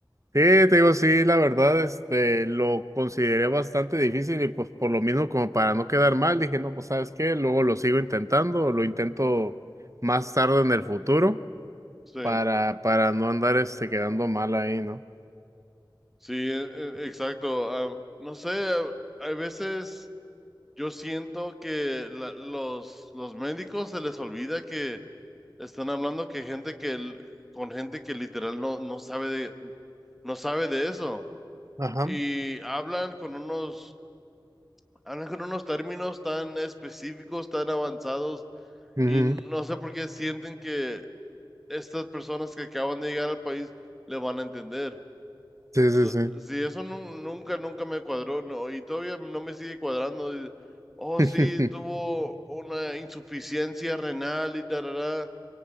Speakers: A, on the right; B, in the centre.
A: Sí, te digo, sí, la verdad, este, lo consideré bastante difícil y pues por lo mismo como para no quedar mal, dije, no, pues sabes qué, luego lo sigo intentando, lo intento más tarde en el futuro
B: Sí,
A: para, para no andar, este, quedando mal ahí, ¿no?
B: sí, e- e- exacto. Ah, no sé, a, a veces yo siento que la- los, los médicos se les olvida que están hablando que gente que l- con gente que literal no, no sabe de, no sabe de eso.
A: Ajá.
B: Y hablan con unos hablan con unos términos tan específicos, tan avanzados,
A: Ujú.
B: y no sé por qué sienten que estas personas que acaban de llegar al país le van a entender.
A: Sí,
B: Eso,
A: sí,
B: sí, eso nu- nunca, nunca me cuadró, no, y todavía no me sigue cuadrando. y, oh,
A: sí.
B: sí, tuvo una insuficiencia renal y tarará.